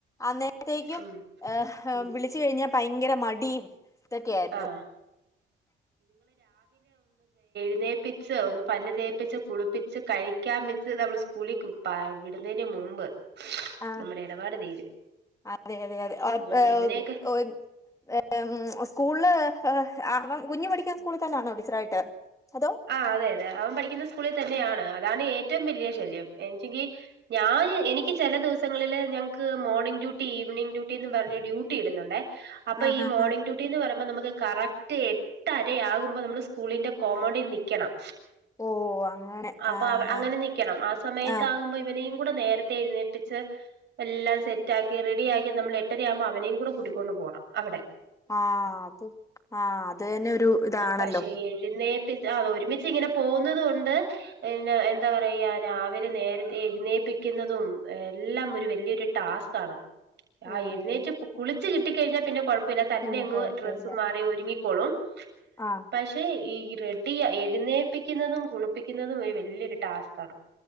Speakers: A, on the left (about 15°); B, on the right (about 60°).
A: അന്നത്തേക്ക്യും
B: ഉം
A: ഏഹ് ഹം
B: ഉം
A: വിളിച്ച് കഴിഞ്ഞാ ഭയങ്കര മടീം ഇതൊക്ക്യാരുന്നു
B: ആഹ് ന്നേപ്പിച്ച് ഒന്ന് പല്ല് തേപ്പിച്ച് കുളിപ്പിച്ച് കഴിക്കാൻ വെച്ച്തവള് സ്കൂളിക്ക് <unintelligible> വിടുന്നേന്റ മു മുമ്പ്
A: ആഹ്
B: നമ്മടെ എടപാട് തീരും
A: അതെ അതെ അതെ ഓഹ്
B: ഇവനെ
A: ഏഹ്
B: ഇവനെയൊക്കെ
A: ഓയ് ഏഹ് ഉം സ്കൂള് ഏഹ് <unintelligible> കുഞ്ഞ് പഠിക്കിന്ന സ്കൂളി തന്നൊണോ ടീച്ചറായിട്ട് അതോ
B: ആഹ് അതെ അതെ അവൻ പഠിക്ക്ന്ന സ്കൂളിൽ തന്നെയാണ് അ താണ് ഏറ്റവും വെല്ല്യാ ശല്യം എണ്ച്ചെങ്കി ഞാന് എനിക്കി ചെല ദിവസങ്ങളില് ഞങ്ങ്ക്ക് മോർണിംഗ് ഡ്യൂട്ടി ഈവനിംഗ് ഡ്യൂട്ടിന്നും പറഞ്ഞ് ഡ്യൂട്ടിയിടുന്നുണ്ടേ അപ്പൊ
A: ആഹ്
B: ഈ
A: ആഹ്
B: മോർണിംഗ്
A: ആഹ്
B: ഡ്യൂട്ടീന്ന് പറിയ്മ്പോ നമ്മക്ക് കറക്റ്റ് എട്ടരയാവുമ്പൊ നമ്മള് സ്കൂളിന്റെ കോമ്പൗണ്ടി നിക്ക്യണം
A: ഓഹ് അങ്ങനെ
B: അപ്പൊ
A: ആഹ്
B: അവ അങ്ങനെ
A: ആഹ്
B: നിക്ക്യണം ആഹ് സമയത്താവുമ്പോ
A: ആഹ്
B: ഇവനേയും കൂടെ നേരത്തെ എഴുന്നേപ്പിച്ച് എല്ലാം സെറ്റാക്കി റെഡിയാക്കി നമ്മള് എട്ടരയാവുമ്പൊ അവനേം കൂടെ കൂട്ടിക്കൊണ്ട് പോണം അവടെ
A: ആഹ് അത് ആഹ് അതിയന്നൊരു ഇതാണല്ലോ
B: പക്ഷെ <unintelligible> ഒരുമിച്ച് ഇങ്ങനെ പോവുന്നത് കൊണ്ട് പിന്നെ എന്താ പറയാ രാവിലെ നേരത്തെ എഴുന്നേപ്പി ക്കുന്നതും എല്ലാം ഒര് വെല്ല്യൊര് ടാസ്കാണ് ആഹ്
A: ഓഹ്
B: എഴുന്നേറ്റ് കു കുളിച്ച് കിട്ടിക്കഴിഞ്ഞാ പിന്നെ കൊഴപ്പല്ല തന്നെ
A: പിന്നെ
B: അങ്ങ്
A: കൊഴപ്പയില്ല
B: ഡ്രസ്സ് മാറി ഒരുങ്ങിക്കോളും
A: ആഹ്
B: പക്ഷെ ഈ ഇ റെഡ് ടിയ എഴുന്നേപ്പിക്കുന്നതും കുളിപ്പിക്കുന്നതും ഒരു വല്ല്യാര് ടാസ്കാണ്